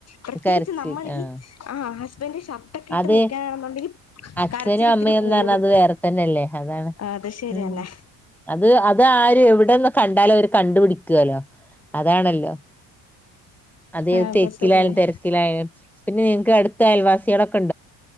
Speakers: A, on the left; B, in the centre.
A: പ്രത്യേകിച്ച്
B: കരച്ചിൽ
A: നമ്മളിൽ
B: ആഹ്
A: ആ ഹസ്ബന്റ് ഷർ ട്ടക്കെ ഇട്ട്
B: അത്
A: നിക്കാനാണെന്നുണ്ടെങ്കിൽ
B: അച്ഛനും
A: കരച്ചില്
B: അമ്മയുംന്ന്
A: ത്തിരി കൂടും
B: പറഞ്ഞാ അത് വേറെ തന്നെയല്ലേ അതാണ്
A: അത് ശരിയന്നെ
B: ഉം അത് അത് ആര് എവിടെന്ന് കണ്ടാലും അവര് കണ്ടുപിടിക്കല്ലോ അതാണല്ലോ അതെത്
A: ആഹ് അത്
B: തെക്കിലായാലും
A: ശരിയെന്നെ
B: തിരക്കിലായാലും പിന്നെ നിങ്ക്ക് അടുത്ത അയൽവാസ്യാളൊക്ക